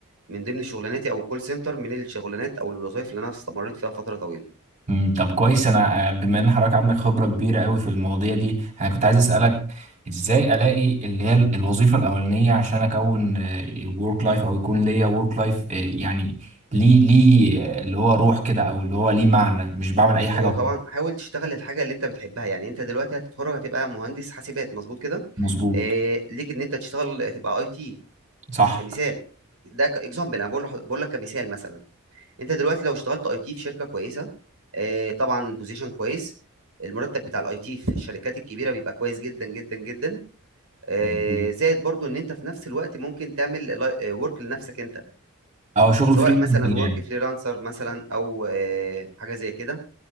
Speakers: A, on the right; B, on the right.
A: من ضمن شغلاناتي أو الcall center من الشغلانات أو الوظايف اللي أنا استمريت فيها فترة طويلة.
B: مم، طب كويس انا آه، بما ان حضرتك عندك خبره كبيره قوي في المواضيع دي انا كنت عايز اسالك ازاي الاقي اللي هي ال- الوظيفه الاولانيه عشان اكون ورك لايف او يكون ليا ورك لايف يعني ليه ليه آه، اللي هو روح كده او اللي هو ليه معنى مش بعمل اي حاجه
A: هو
B: وخلاص.
A: طبعًا حاول تشتغل الحاجة اللي أنت بتحبها، يعني أنت دلوقتي هتتخرّج هتبقى مهندس حاسبات مضبوط كده؟
B: مظبوط
A: آآ ليك إن أنت تشتغل آه، تبقى IT.
B: صح
A: كمثال ده كاكزامبل انا بقول بقول لك كمثال مثلا انت دلوقتي لو اشتغلت اي تي في شركه كويسه آه، طبعا بوزيشن كويس المرتب بتاع الاي تي في الشركات الكبيره بيبقى كويس جدا جدا جدا آه،
B: مظبوط.
A: زائد برضو ان انت في نفس الوقت ممكن تعمل ورك لنفسك انت
B: اه شغل
A: سواء
B: فري
A: مثلا
B: يعني
A: ورك فريلانسر مثلا او آه، حاجه زي كده